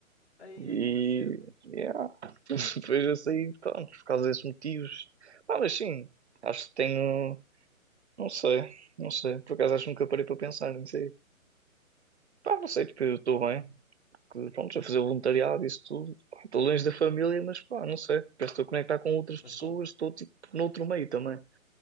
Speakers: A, on the left; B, on the right.
A: Aí,
B: E,
A: a grande cena.
B: yeah. <laughs> Depois eu saí, pronto, por causa desses motivos. Ah, mas sim, acho que tenho, não sei, não sei, por acaso acho que nunca parei para pensar, não sei. Pá, não sei, tipo, eu estou
A: Fogo.
B: bem, que, pronto, a fazer voluntariado, isso tudo. Pá, Estou longe da família, mas pá, não sei. Parece que estou a conectar com outras
A: Mas
B: pessoas,
A: com...
B: estou tipo noutro meio também.